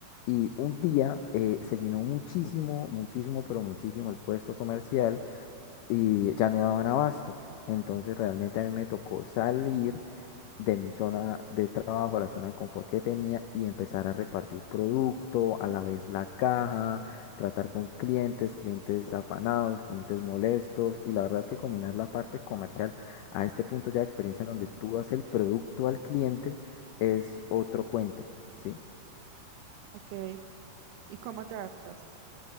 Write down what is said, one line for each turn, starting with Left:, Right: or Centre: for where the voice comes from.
Left: Y un día eh, se llenó muchísimo, muchísimo, pero muchísimo el puesto comercial y ya no daban abasto. Entonces realmente a mí me tocó salir de mi zona de trabajo, a la zona de confort que tenía y empezar a repartir producto, a la vez la caja, tratar con clientes, clientes afanados, clientes molestos y la verdad es que combinar la parte comercial a este punto ya de experiencia en donde tú das el producto al cliente es otro cuento, ¿sí?
Right: ¿ok? ¿Y cómo te adaptaste?